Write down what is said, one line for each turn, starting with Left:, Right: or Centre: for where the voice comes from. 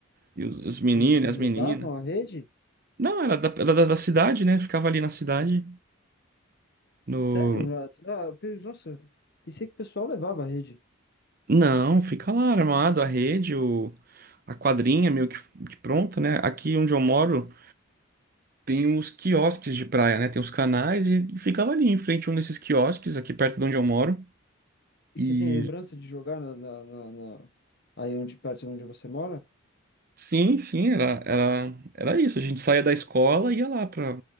Right: E os, os meninos,
Left: Mas vocês
Right: as
Left: levavam
Right: meninas.
Left: a rede?
Right: Não, era da, era da, da cidade, né? Ficava ali na cidade. No...
Left: Sério? Nossa, ah, pe- nossa, pensei que o pessoal levava a rede.
Right: Não, fica lá armado, a rede, o, a quadrinha meio que, que pronta, né? Aqui onde eu moro tem os quiosques de praia, né? Tem os canais e, e ficava ali em frente a um desses quiosques, aqui perto de onde eu moro.
Left: E
Right: E
Left: você tem lembrança de jogar na, na, na- na- aí onde perto de onde você mora?
Right: Sim, sim, era, era, era isso. A gente saía da escola e ia lá pra,